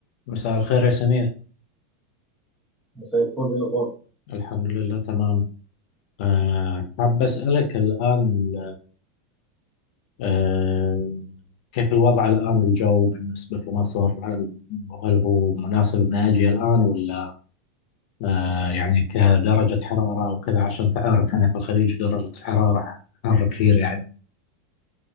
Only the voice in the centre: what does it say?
مساء الفل ايه الاخبار